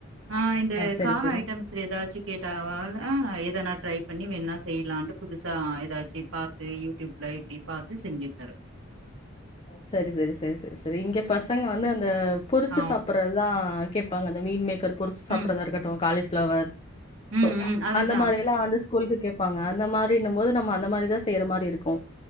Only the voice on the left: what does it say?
சரி,
சரி.
சேரி சேரி சேரி சேரி சேரி இங்க பசங்க வந்து அந்த பொரிச்சு
சாப்பிடறதா கேட்பாங்க அந்த மீன் மேக்கர் பொரிச்சு சாப்பிடறதா
இருக்கட்டும் காலிஃப்ளவர்
சோ
அந்த மாதிரி எல்லா அந்த ஸ்கூலுக்கு கேட்பாங்க அந்த மாரி அப்டின்னு போது நம்ம அந்த மாரிதா செய்யற மாரி இருக்கு